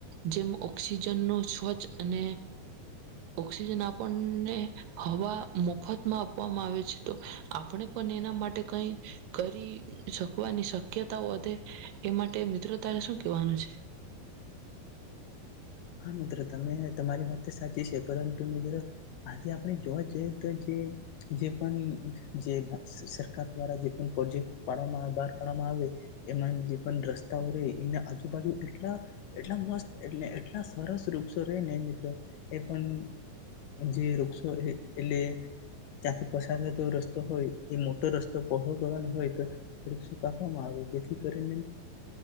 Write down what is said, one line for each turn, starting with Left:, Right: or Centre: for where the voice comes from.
Right: જેમ ઓક્સિજન નું સ્વચ્છ અને ઓક્સિજન આપણને હવા મફતમાં આપવામાં આવે છે, તો આપણે પણ. તે કંઈ કરી શકવાની શક્યતાઓ વધે. એ માટે, મિત્ર, તારે શું કેહેવાનું છે?
Left: હા મિત્રો તમે તમારી વાત તો સાચી છે પરંતુ મિત્રો આજે આપણે જોવા જઈએ તો જે પણ જે સરકાર દ્વારા જે પણ પ્રોજેક્ટ પાડવામાં બહાર પાડવામાં આવે, એમાં જે પણ રસ્તાઓ રહે એને આજુબાજુ એટલા એટલા મસ્ત એટલે લા સરસ વૃક્ષો રેને મિત્રો, એ પણ જે વૃક્ષો એટલે ત્યાંથી પસાર થતો રસ્તો હોય, એ મોટો રસ્તો પહોળો કરવાનો હોય તો વૃક્ષો કાપવામાં આવે જેથી કરીને